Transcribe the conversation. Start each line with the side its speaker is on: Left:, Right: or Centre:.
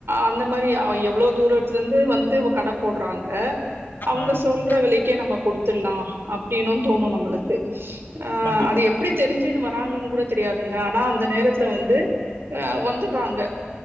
Right: அந்த மாரி அ எப் ப தூரத்துலந்து வந்து கட போட்றாங்க அவுங்க
Left: ஆ ம்
Right: சொல்ற விலக்கே நம்ம குடுத்துட்லா அப்டினூ தோணூ நம்முளுக்கு ஆ இ
Left: கண்டிப்பா
Right: அது எப்படி தெரிஞ்சுன்னு வராங்கன் கூட தெரியாதுங்க ஆனா அந்த நேரத்துல வந்து ஆ வந்துர்றாங்க